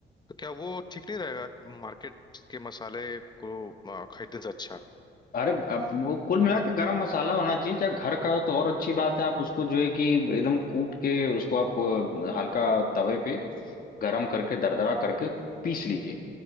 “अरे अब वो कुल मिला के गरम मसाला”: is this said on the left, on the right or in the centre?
Left